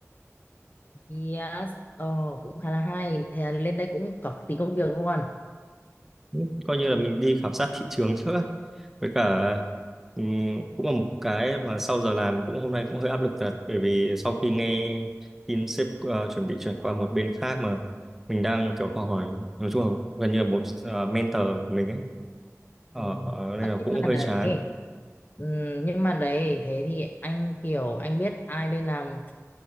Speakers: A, on the left; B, in the centre.
A: Yes, ờ, cũng khá là hay. Thế là lên đây cũng có tí công việc luôn.
B: Ừ, coi như là mình đi khảo sát thị trường trước á. với cả ừm, cũng là một cái mà sau giờ làm cũng hôm nay cũng hơi áp lực thật bởi vì sau khi nghe tin sếp ờ, chuẩn bị chuyển qua một bên khác mà mình đang kiểu học hỏi nói chung là gần như là một ờ, mentor của mình ấy Ờ,
A: Ừ.
B: ờ, nên
A: Ờ,
B: là
A: nhưng
B: cũng
A: mà
B: hơi
A: đấy
B: chán
A: ừ, nhưng mà đấy thế thì anh kiểu anh biết ai lên làm